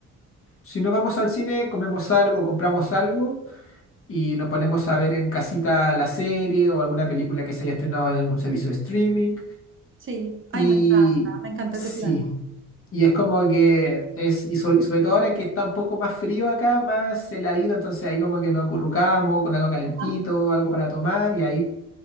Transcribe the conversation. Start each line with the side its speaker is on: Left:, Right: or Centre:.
Left: si no vamos al cine, comemos algo, compramos algo y nos ponemos a ver en casita la serie o alguna película que se haya estrenado en algún servicio de streaming.
Right: Sí, ay,
Left: Y
Right: me encanta, me encanta
Left: sí,
Right: ese plan.
Left: y es como que es, y, so- y sobre todo ahora que está un poco más frío acá, más heladito, entonces ahí como que nos acurrucamos con algo calentito,
Right: Ajá.
Left: algo para tomar y ahí